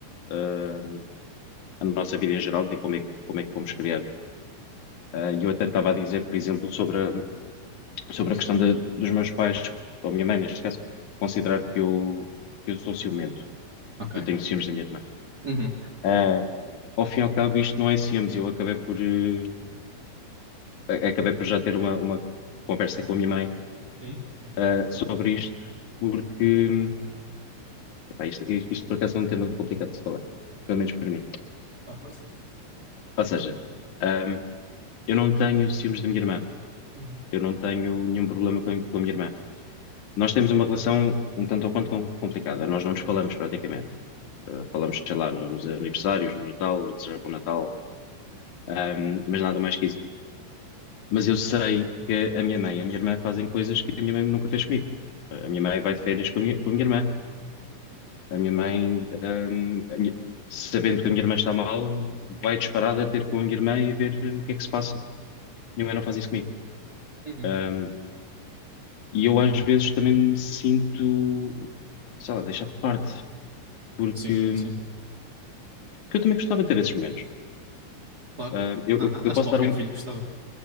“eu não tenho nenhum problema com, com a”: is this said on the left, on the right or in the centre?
Left